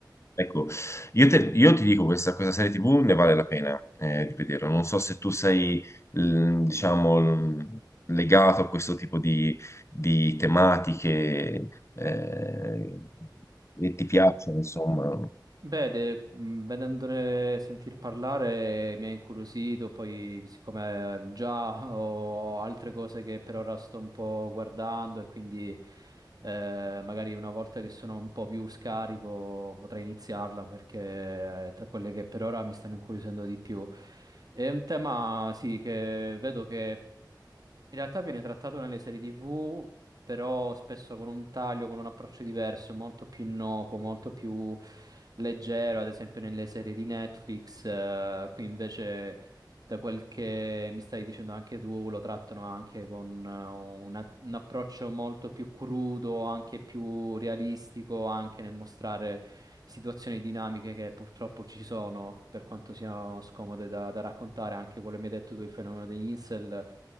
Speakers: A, on the left; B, on the right.
A: Ecco, io, te- io ti dico, questa, questa serie TV ne vale la pena eh, di vederla. Non so se tu sei, l- diciamo, l- legato a questo tipo di, di tematiche eh, e ti piacciono, insomma.
B: Beh, de- mh, vedendone sentir parlare mi ha incuriosito, poi siccome eh, già <laughs> ho altre cose che per ora sto un po' guardando e quindi eh, magari una volta che sono un po' più scarico potrei iniziarla perché è tra quelle che per ora mi stanno incuriosendo di più. È un tema, sì, che vedo che in realtà viene trattato nelle serie TV, però spesso con un taglio, con un approccio diverso, molto più innocuo, molto più leggero, ad esempio nelle serie di Netflix. eh, qui invece, da quel che mi stai dicendo anche tu, lo trattano anche con eh, una- un approccio molto più crudo, anche più realistico, anche nel mostrare situazioni dinamiche che purtroppo ci sono, per quanto siano scomode da, da raccontare, anche quello che mi hai detto tu, il fenomeno degli incel.